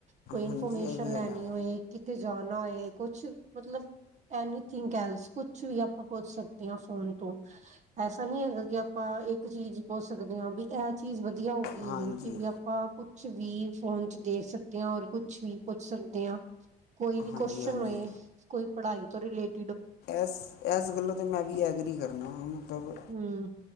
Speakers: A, on the right; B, on the left.
A: ਕੋਈ ਇਨਫੋਰਮੇਸ਼ਨ
B: ਹਾਂਜੀ ਇਹ ਵੀ
A: ਲੈਣੀ
B: ਹੈਗਾ
A: ਹੋਏ ਕਿਤੇ ਜਾਣਾ ਓਏ ਕੁੱਛ ਮਤਲਬ ਐਨੀ <unintelligible> ਕੁਛ ਵੀ ਆਪਾਂ ਪੁੱਛ ਸਕਦੇ ਹਾਂ ਫੋਨ ਤੋਂ ਐਸਾ ਨਹੀਂ ਹੈਗਾ ਕਿ ਆਪਾਂ ਇੱਕ ਚੀਜ਼ ਪੁੱਛ ਸਕਦੇ ਹਾਂ ਵੀ ਇਹ ਚੀਜ਼ ਵਧੀਆ ਹੋਊਗੀ
B: ਹਾਂਜੀ
A: ਹੁਣ ਕਿ ਵੀ ਆਪ ਆਪਾਂ ਕੁਛ ਵੀ ਫੋਨ ਚ ਦੇਖ ਸਕਦੇ ਹਾਂ ਔਰ ਕੁਛ ਵੀ ਪੁੱਛ ਸਕਦੇ ਹਾਂ। ਕੋਈ ਵੀ
B: ਹਾਂਜੀ
A: ਕੁਸ਼ਚਨ
B: ਹਾਂਜੀ
A: ਹੋਏ ਕੋਈ ਪੜ੍ਹਾਈ ਤੋਂ ਰਿਲੇਟ।
B: ਇਸ- ਇਸ ਗੱਲੋ ਤੇ ਮੈਂ ਵੀ ਐਗਰੀ ਕਰਨਾ ਮਤਲਬ।
A: ਹਮ।